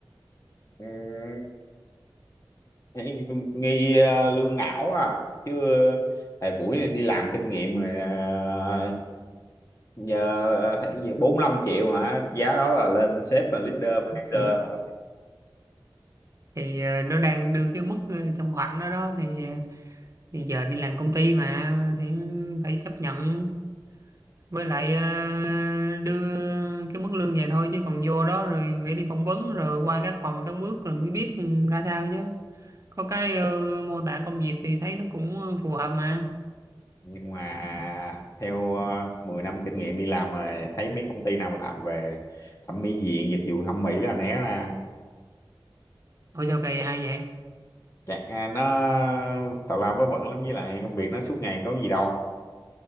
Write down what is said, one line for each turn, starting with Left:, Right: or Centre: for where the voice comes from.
Left: ừ, thấy tôi nghi ờ, lương ngảo à chứ ờ, thời buổi này đi làm kinh nghiệm rồi ờ, giờ ờ, thấy gì, 45 triệu hả giá đó là lên sếp và leader manager
Right: Ừ.
Left: rồi
Right: Thì ờ, nó đang đưa cái mức ờ, trong khoảng đó đó thì, ờ, thì giờ đi làm công ty mà thì phải chấp nhận với lại ờ, đưa cái mức lương vậy thôi chứ còn vô đó rồi phải đi phỏng vấn rồi qua các vòng các bước rồi mới biết ừ, ra sao chứ. có cái ờ, mô tả công việc thì thấy nó cũng ờ, phù hợp mà
Left: nhưng mà theo ờ, 10 năm kinh nghiệm đi làm rồi thấy mấy công ty nào làm về thẩm mỹ viện dịch vụ thẩm mỹ là né ra
Right: ủa sao kỳ hay vậy
Left: chắc à, nó tào lao vớ vẩn lắm với lại công việc nó suốt ngày có gì đâu